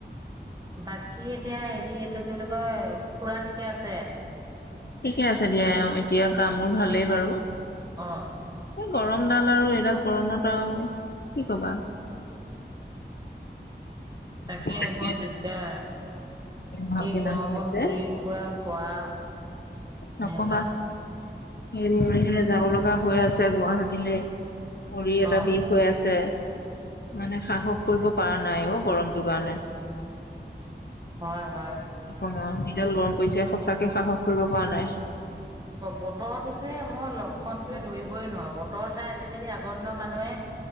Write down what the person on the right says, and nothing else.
বাকী এতিয়া হেৰি এইটো কি বুলি কয় খুৰা ঠিকে আছে
অ
তাকে
বৰ দিগদাৰ
এই
গৰমত
ঘূৰি ফুৰা খোৱা
মেলা
অ',
হয় হয়
বতৰটো যে মই লক্ষণটোৱে ধৰিবই নোৱাৰো বতৰ চাই আজিকালি আগৰ দিনৰ মানুহে